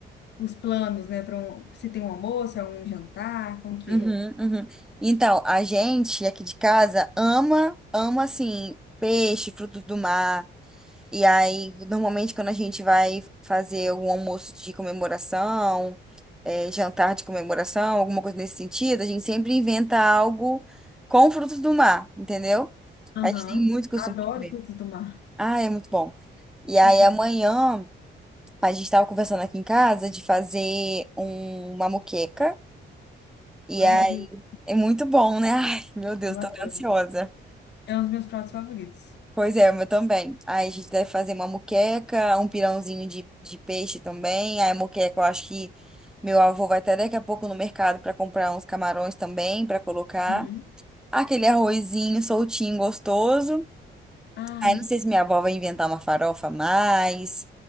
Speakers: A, on the left; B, in the centre.
A: os planos, né, para um, se tem um almoço, é um jantar, como que
B: uhum,
A: é?
B: uhum. Então, a gente aqui de casa ama, ama assim, peixe, frutos do mar. E aí, normalmente, quando a gente vai fazer um almoço de comemoração, eh, jantar de comemoração, alguma coisa nesse sentido, a gente sempre inventa algo com frutos do mar, entendeu?
A: Aham.
B: A gente tem muito costume
A: Adoro
B: de comer.
A: frutos do mar.
B: Ah, é muito bom. E aí
A: Uhum.
B: amanhã a gente tava conversando aqui em casa de fazer um- uma moqueca. E
A: Ai,
B: aí
A: que delícia,
B: é muito bom, né? <laughs> Ai, meu Deus,
A: eu
B: tô
A: adoro.
B: até ansiosa.
A: É um dos meus pratos favoritos.
B: Pois é, o meu também. Aí a gente deve fazer uma moqueca, um pirãozinho de, de peixe também. Aí a moqueca, eu acho que meu avô vai até daqui a pouco no mercado para comprar uns camarões também, para colocar.
A: Uhum.
B: Aquele arrozinho soltinho, gostoso.
A: Ai.
B: Aí não sei se minha avó vai inventar uma farofa a mais,